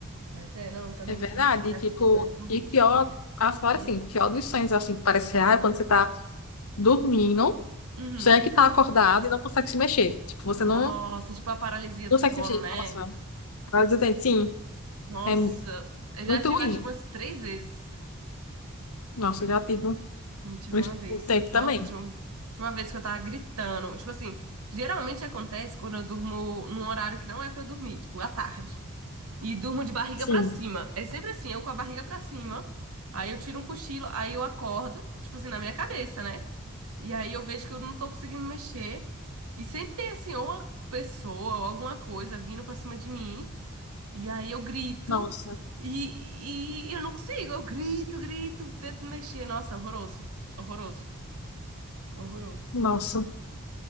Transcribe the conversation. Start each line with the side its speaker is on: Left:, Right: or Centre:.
Right: Mas é, não, também
Left: É verdade,
Right: tive, já
Left: e, tipo,
Right: tive sonho com bicho
Left: e pior,
Right: também.
Left: afora
Right: Hum.
Left: assim, pior dos sonhos, assim, que parece real, é quando você tá dormindo,
Right: Uhum.
Left: sonha que tá acordado e não consegue se mexer. Tipo, você
Right: Nossa,
Left: não
Right: tipo a paralisia do
Left: consegue
Right: sono,
Left: se mexer.
Right: né?
Left: Nossa, mas eu tenho, sim,
Right: Nossa,
Left: é mu-
Right: eu já
Left: muito
Right: tive
Left: ruim.
Right: acho que umas três vezes.
Left: Nossa, eu já tive um,
Right: Hum, Tive uma vez.
Left: um tempo
Right: Nossa,
Left: também.
Right: tinha um- tinha uma vez que eu tava gritando. Tipo assim, geralmente acontece quando eu durmo num horário que não é pra eu dormir, tipo, à tarde. E durmo de barriga
Left: Sim,
Right: pra cima. É sempre assim, eu com a barriga pra cima. Aí eu tiro um cochilo, aí eu acordo, tipo assim, na minha cabeça, né? E aí eu vejo que eu não tô conseguindo me mexer. E sempre tem assim, ou uma pessoa ou alguma coisa vindo pra cima de mim. E aí eu grito.
Left: nossa.
Right: E, e eu não consigo, eu grito, grito, tento me mexer. Nossa, horroroso, horroroso. Horroroso.
Left: Nossa.